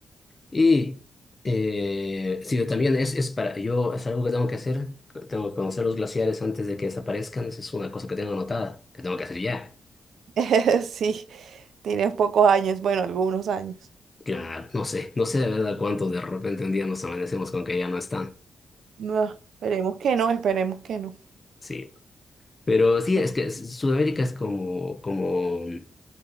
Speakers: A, on the left (about 25°); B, on the right (about 85°).
A: y eh, sí, también es, es para, yo es algo que tengo que hacer, tengo que conocer los glaciares antes de que desaparezcan, esa es una cosa que tengo anotada, que tengo que hacer ya.
B: <laughs> Sí, tienes pocos años, bueno, algunos años.
A: Claro, no sé, no sé de verdad cuántos de repente un día nos amanecemos con que ya no están,
B: No, esperemos que no, esperemos que no,
A: sí. Pero sí,
B: pe-
A: es que Sudamérica es como, como